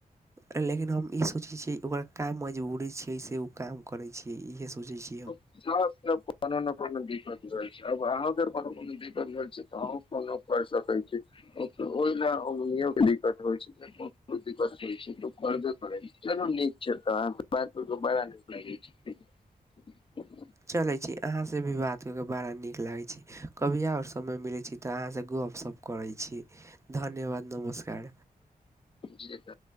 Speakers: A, on the right (about 20°); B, on the left (about 35°).
A: लेकिन हम ई सोचैत छियै ओकरा क मजबूरी छियै से ओ काम करैत छियै इएह सोचैत छी
B: कोनोने कोनो दिक्कत रहल छै आब आहोके कोनो कोनो दिक्कत रहल छै त कोनो कर सकै छी ओहि ल उगनो के दिक्कत होइ छै दिक्कते छै त करबे करै केल नीक छै त ब बड़ा नीक लागे छै <inaudible>
A: चलै छी अहाँसँ भी बात कऽ कऽ बड़ा नीक लागै छै कभी ओर समय मिलैत छै तऽ अहाँसँ गपशप करैत छी धन्यवाद नमस्कार
B: जी तऽ